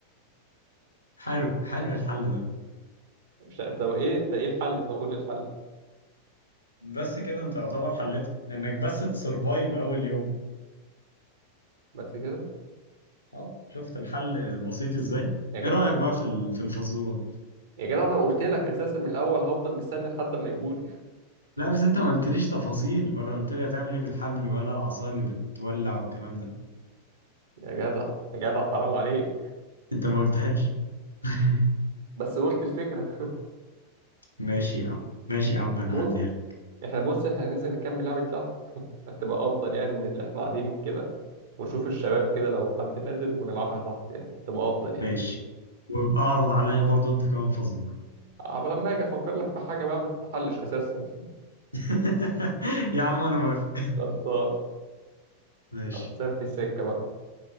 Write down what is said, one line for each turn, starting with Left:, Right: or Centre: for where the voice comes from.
Left: حلو حلو الحل ده
Right: مش... طب ايه انت ايه الحل طب قول لي الحل
Left: بس كده انت يعتبر حلتها انك بس تسرفايف اول يوم
Right: بس كده
Left: اه شفت الحل بسيط ازاي
Right: يا جدع
Left: ايه رأيك بقى في ال- في الفزورة دي
Right: يا جدع ما انا قلت لك اساسا من الاول هفضل مستني لحد ما يجولي
Left: لا بس انت ما قلتليش تفاصيل ولا قلت لي هتعمل ايه بالحبل ولا العصا اللي بتولع والكلام ده
Right: يا جدع يا جدع حرام عليك
Left: انت ما قلتهاش <laughs>
Right: بس قلت الفكرة
Left: ماشي يا عم ماشي يا عم انا
Right: مو...
Left: هعديها لك
Right: احنا بص احنا ننزل نكمل لعبة دي تحت <laughs> هتبقى افضل يعني من اللي احنا قاعدين كده ونشوف الشباب كده لو حد نازل ونلعبها تحت يعني تبقى افضل يعني
Left: ماشي وابقى اعرض عليا برضو انت كمان فزورة
Right: عبال لما اجي افكر لك في حاجة بقى ما تتحلش اساسا
Left: <laughs> يا عم انا موافق
Right: <laughs> خلصان
Left: <laughs> ماشي
Right: يلا، مسافة السكة بقى